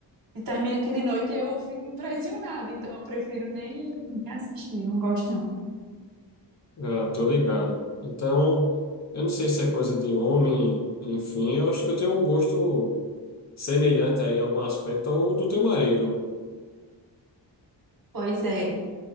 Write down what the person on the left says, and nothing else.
Ah, tô ligado. Então, eu não sei se é coisa de homem, enfim, eu acho que eu tenho um gosto semelhante aí em algum aspecto ao do teu marido.